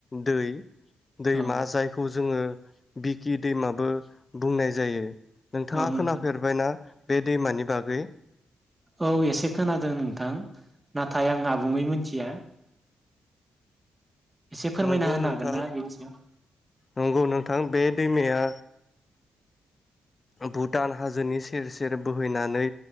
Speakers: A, on the left; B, on the right.
A: दै दैमा
B: औ
A: जायखौ जोंङो बिकि दैमाबो बुंनाय जायो। नोंथाङा
B: औ नोंथां
A: खोनाफेरबायना बे दैमानि बागै?
B: औ एसे खोनादों नोंथां नाथाय आं आबुङै मिथिया एसे फोरमायना
A: नंगौ
B: होनो
A: नोंथां
B: हागोन ना बेनि सायाव?
A: नंगौ नोंथां बे दैमाया भुटान हाजोनि सेर-सेर बोहैनानै